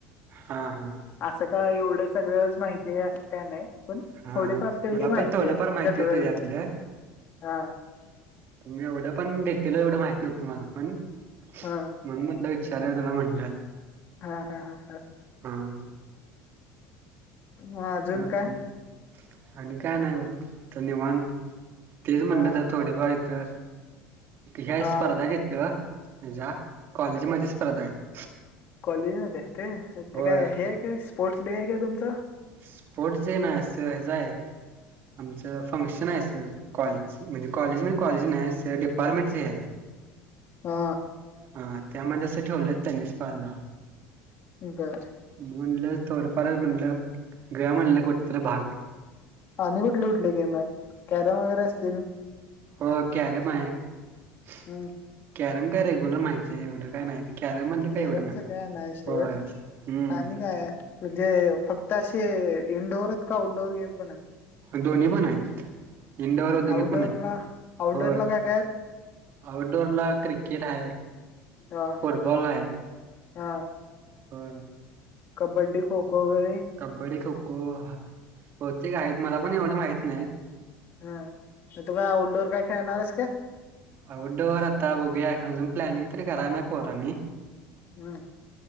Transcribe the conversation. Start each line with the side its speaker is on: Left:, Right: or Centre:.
Right: हां, हां,
Left: असं काय एवढं सगळंच माहितीय असं काय नाही पण
Right: हां.
Left: थोडीफार तेवढी
Right: मला
Left: माहिती
Right: पण थोडंफार
Left: आहे
Right: माहिती
Left: जनरल
Right: होतं त्यातलं.
Left: हा
Right: मी एवढं पण घेतल एवढं माहित नव्हतं मला पण
Left: हा
Right: म्हणून म्हटलं ार त्याला म्हणलं <unintelligible>
Left: हा हा हा हा
Right: हं
Left: मग अजून काय
Right: आणि
Left: <inaudible>
Right: आणि काय नाही बग निवणत तेच म्हणलं
Left: हा
Right: तर थोडेफार इथं ह
Left: हा
Right: स्पर्धा घेत माझ्या कॉलेजमध्येध्ये स्पर्धा आहेत
Left: कॉलेजमध्येध्ये आहे ते
Right: होय
Left: ते काय हे आहे काय स्पोर्ट्स डे आहे काय तुमच
Right: स्पोर्ट डे नाही असं आहे <inaudible> आमच फंक्शन फंक्शन आहे आस कॉलेज म्हणजे कॉलेज म्हणज कॉलेज नाही डिपार्टमेंट आहे
Left: हा
Right: हा त्यामध्ये असं ठेवलं आहे स्पर्धा
Left: बर
Right: मी तिला म्हटलं थोडफार म्हटलं घेऊया म्हणलं कुठ तरी भाग
Left: आणि कुठले कुठले गेम आहेत कॅरम वगैरे असतील
Right: हो करेम आहे <inaudible>
Left: हम्म
Right: करेम काय रेगुल माहित आहे एवढं काय नाही कॅर मधले काही
Left: कॅरमचं
Right: एवडं ना
Left: काय नाही सोड
Right: हो हम्म
Left: आणि काय आहे? म्हणजे फक्त असे इंडोअर आहेत का आउटडोअर गेम पण
Right: दोन्ही पण आहेत इंडोवर दोन्ही
Left: आउटडोअरला
Right: पण आहेत
Left: आउटडोअरला
Right: होय
Left: काय काय आहेत?
Right: आउटडोर ला क्रिकेट ह
Left: हा
Right: फुटबॉल आहे
Left: हा
Right: हो
Left: कबड्डी खो खो वगैरे
Right: कबड्डी खो खो बहुतेक आहेत मला पण एवढं माहित नाहीत
Left: हा तु का आउटडोर काय खेळणारस का
Right: आऊटडोअर आता बघूया अजून प्लॅनिंग तरी कराय नाही पोरांनी
Left: हम्म